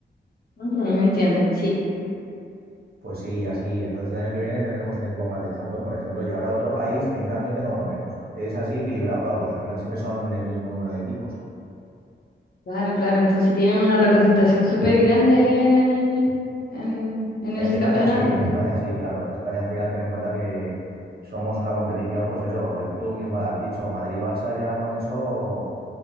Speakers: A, on the left; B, on the right.
A: ujú, entiendo, sí,
B: Pues sí, y así. Entonces el año que viene tendremos un equipo más de campeón, por ejemplo, y habrá otro país que en cambio tenga uno menos. Es así equilibrado, claro, porque al final siempre son el mismo número de equipos.
A: claro, claro. Entonces tienen una representación súper grande ahí en el, en, en
B: En
A: ese
B: España
A: campeonato.
B: sí, en España sí, claro. En España al final ten en cuenta que somos una competición, pues eso, eh, tú misma lo has dicho, Madrid-Barça ya con eso